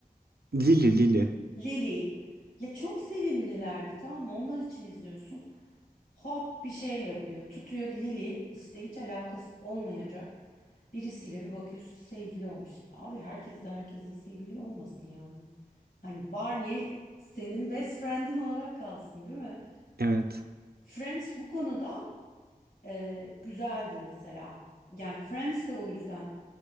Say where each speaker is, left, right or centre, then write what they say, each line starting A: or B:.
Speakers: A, on the right; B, on the left.
A: e, Lily Lily.
B: Lily. Ya çok sevimlilerdi tamam mı? Onlar için izliyorsun. Hop bir şey yapıyor. Tutuyor Lily işte hiç alakası olmayacak. Birisiyle bir bakıyorsun sevgili olmuş. Abi herkes de herkesle sevgili olmasın yani. Hani Barney senin best friend'in olarak kalsın değil mi?
A: Evet.
B: Friends bu konuda Ee, güzeldi mesela. Yani Friends de o yüzden